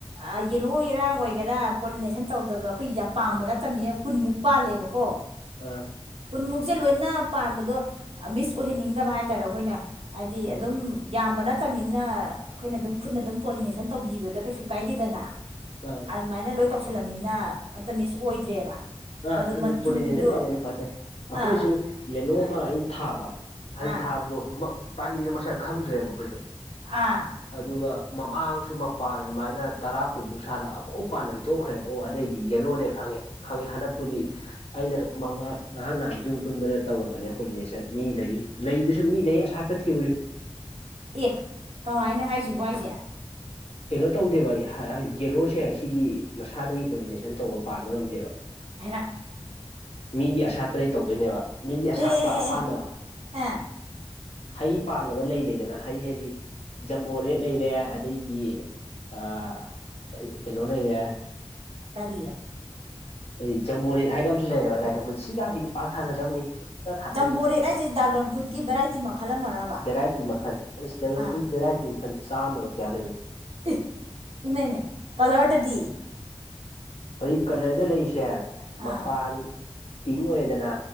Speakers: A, on the right; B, on the left.
A: ꯑꯥ ꯌꯦꯜꯂꯣ ꯌꯦꯔꯥꯡ ꯑꯣꯏꯒꯦꯔꯥ ꯄꯣꯂꯤꯅꯦꯁꯟ ꯇꯧꯗꯕ ꯑꯈꯣꯏ ꯌꯥꯝ ꯄꯥꯝꯕ ꯅꯠꯇꯝꯅꯤꯅ ꯀꯨꯟꯃꯨꯛ ꯄꯥꯜꯂꯦꯕꯀꯣ
B: ꯑ
A: ꯀꯨꯟꯃꯨꯛꯖꯦ ꯂꯣꯏꯅ ꯄꯥꯟꯕꯗꯣ ꯑ ꯃꯤꯁ ꯑꯣꯏꯍꯟꯅꯤꯡꯗꯕ ꯍꯥꯏꯇꯥꯔꯦ ꯑꯈꯣꯏꯅ ꯍꯥꯏꯗꯤ
B: ꯎꯝ
A: ꯑꯗꯨꯝ ꯌꯥꯝꯕ ꯅꯠꯇꯝꯃꯤꯅ ꯑꯩꯈꯣꯏꯅ ꯗꯨꯝ ꯈꯨꯠꯅ ꯗꯨꯝ ꯄꯣꯂꯤꯅꯦꯁꯟ ꯇꯧꯕꯤꯕꯗ ꯀꯩꯁꯨ ꯀꯥꯏꯗꯦꯗꯅꯥ
B: ꯑꯥ
A: ꯑꯗꯨꯃꯥꯏꯅ ꯂꯣꯏ ꯇꯧꯁꯜꯂꯝꯃꯤꯅ ꯑꯇ ꯃꯤꯁ ꯑꯣꯏꯗ꯭ꯔꯦꯕ
B: ꯑꯥ
A: ꯑꯗꯣ
B: ꯑꯗꯨ
A: ꯃꯆꯨꯗꯣ
B: ꯄꯣꯂꯤꯅꯦꯁꯟ ꯇꯧꯕꯅ ꯈ꯭ꯋꯥꯏ ꯐꯩ ꯑꯈꯣꯏꯁꯨ
A: ꯑꯥ
B: ꯌꯦꯂꯣ
A: ꯑꯥ
B: ꯑꯃ ꯑꯩꯅ ꯊꯥꯕ
A: ꯑꯥ
B: ꯍꯩ ꯊꯥꯕꯗꯣ ꯃꯛ ꯄꯥꯟꯕꯤꯗꯣ ꯃꯁꯛ ꯈꯪꯗ꯭ꯔꯦꯕ ꯑꯈꯣꯏꯖꯨ
A: ꯑꯥ
B: ꯑꯗꯨꯒ ꯃꯃꯥꯡꯁꯨ ꯃꯄꯥꯟ ꯑꯗꯨꯃꯥꯏꯅ ꯇꯔꯥ ꯀꯨꯟꯃꯨꯛ ꯁꯥꯠꯂ ꯑꯃꯣꯛ ꯄꯥꯟꯅꯟ ꯇꯣꯛꯈ꯭ꯔꯦꯕ ꯑꯣ ꯑꯗꯩꯗꯤ ꯌꯦꯂꯣꯅꯦ ꯈꯪꯉꯦ ꯈꯪꯉꯦ ꯍꯟꯗꯛꯄꯨꯗꯤ ꯑꯩꯅ ꯃꯃꯥ ꯉꯔꯥꯡ ꯅꯍꯥꯟ ꯌꯨꯝ ꯀꯨꯟꯕꯗ ꯇꯧꯔꯕꯅꯦ ꯄꯣꯂꯤꯅꯦꯁꯟ ꯃꯤꯗꯒꯤ ꯂꯩꯗꯁꯨ ꯃꯤꯗꯩ ꯑꯁꯥꯠ ꯄ ꯊꯤꯌꯨꯔꯤꯞ
A: ꯑꯦ ꯀꯃꯥꯏꯅ ꯍꯥꯏꯖꯤꯕꯣ ꯍꯥꯏꯖꯦ
B: ꯀꯩꯅꯣ ꯇꯧꯗꯦꯕ ꯍꯥ ꯍꯥ ꯌꯦꯂꯣꯁꯦ ꯁꯤꯗꯤ ꯃꯁꯥꯗꯒꯤ ꯄꯣꯂꯤꯅꯦꯁꯟ ꯇꯧꯕ ꯄꯥꯟꯕ ꯉꯝꯗꯦꯕ
A: ꯍꯥꯏꯃꯥ
B: ꯃꯤꯒꯤ ꯑꯁꯥꯠꯄꯗꯩ ꯇꯧꯗꯣꯏꯅꯦꯕ ꯃꯤꯒꯤ ꯑꯁꯥꯠꯄ
A: ꯑꯦ ꯑꯦ
B: ꯑꯄꯥꯟꯕ
A: ꯑꯦ ꯑꯦ ꯑꯥ
B: ꯍꯩ ꯄꯥꯟꯗꯕ ꯂꯩ ꯂꯩꯗꯅꯥ ꯍꯩ ꯍꯥꯏꯖꯦ ꯖꯝꯕꯣ ꯔꯦꯗ ꯂꯩꯔꯦ ꯑꯗꯩꯗꯤ ꯑꯥ ꯀꯩ ꯀꯩꯅꯣ ꯂꯩꯔꯦ
A: ꯀꯔꯤ
B: ꯑꯩ ꯖꯝꯕꯣ ꯔꯦꯗ ꯍꯥꯏꯅ ꯑꯝꯖꯨ ꯂꯩꯌꯦꯕ ꯗ꯭ꯔꯥꯏꯒꯟꯐ꯭ꯔꯨꯠ ꯁꯤ ꯀꯥꯟꯖꯤꯗꯤ ꯄꯥꯛ ꯊꯥꯅꯕꯅꯤ ꯌꯨꯝꯗ ꯊꯥꯅ
A: ꯖꯝꯕꯣ ꯔꯦꯗ ꯍꯥꯏꯖꯦ ꯗ꯭ꯔꯥꯒꯣꯟꯐ꯭ꯔꯨꯠꯀꯤ ꯚꯦꯔꯥꯏ ꯇꯤ ꯃꯈꯜ ꯑꯃꯔꯕ
B: ꯚꯦꯔꯥꯏꯇꯤ ꯃꯈꯟ ꯑꯁ ꯗꯥꯏꯒꯟ
A: ꯑꯥ
B: ꯐ꯭ꯔꯨꯠ ꯚꯦꯔꯥꯏꯇꯤ ꯃꯈꯟ ꯆꯥꯝꯃꯒ ꯀꯌꯥ ꯂꯩꯕꯅꯤ
A: ꯑꯦ ꯏꯃꯥꯏ ꯃꯥꯏ ꯀꯥꯂꯔꯗꯥꯗꯤ
B: ꯍꯥꯌꯤꯛ ꯀꯥꯂꯔꯗ ꯂꯩꯔꯤꯁꯦ
A: ꯑꯥ
B: ꯃꯄꯥꯟ ꯄꯤꯡ ꯑꯣꯏꯌꯦꯗꯅꯥ